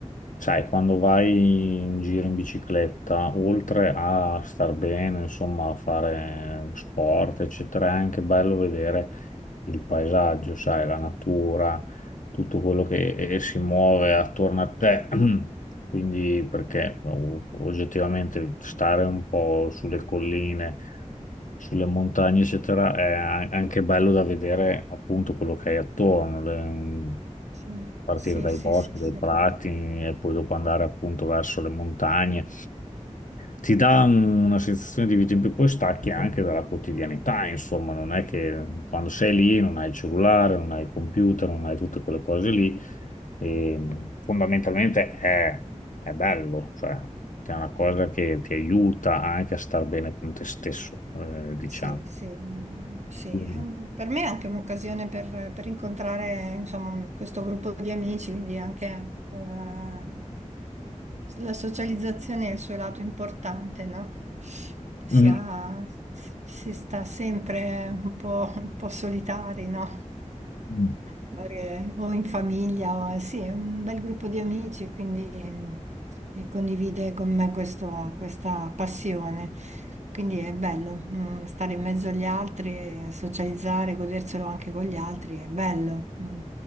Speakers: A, on the left (about 80°); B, on the right (about 65°).
A: sai, quando vai in giro in bicicletta, oltre a star bene, insomma, a fare sport, eccetera, è anche bello vedere il paesaggio, sai, la natura, tutto quello che eh, si muove attorno a te. <clears throat> Quindi, perché o- oggettivamente stare un po' sulle colline sulle montagne, eccetera, è a- anche bello da vedere appunto quello che hai attorno, le-
B: Sì,
A: a partire
B: sì,
A: dai
B: sì,
A: boschi,
B: sì, sì.
A: dai prati e poi dopo andare appunto verso le montagne. Ti dà un- una sensazione di vita in più, poi stacchi anche dalla quotidianità, insomma, non è che quando sei lì non hai il cellulare, non hai il computer, non hai tutte quelle cose lì e fondamentalmente è, è bello, cioè che è una cosa che ti aiuta anche a star bene con te stesso, eh, diciamo.
B: Sì, sì, mm, sì.
A: Mm,
B: Ehm, Per me è anche un'occasione per, per incontrare, insomma, questo gruppo di amici, quindi anche eh, la socializzazione è il suo lato importante, no? si,
A: mm,
B: ha- si sta sempre un po', un po' solitari, no?
A: mm,
B: Perché o in famiglia, o, eh, sì, è un bel gruppo di amici, quindi mh, e condivide con me questo- questa passione. Quindi è bello, mh, stare in mezzo agli altri, socializzare, goderselo anche con gli altri, è bello. Mm.